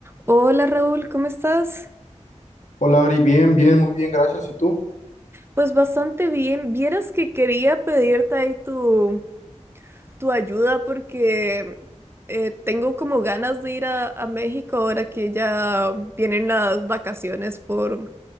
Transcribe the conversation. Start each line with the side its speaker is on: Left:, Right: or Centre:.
Right: Hola Raúl, ¿cómo estás?
Left: Hola Ari, bien, bien, muy bien, gracias. ¿Y tú?
Right: Pues bastante bien. Vieras que quería pedirte ahí tu, tu ayuda porque eh, tengo como ganas de ir a, a México ahora que ya vienen las vacaciones por,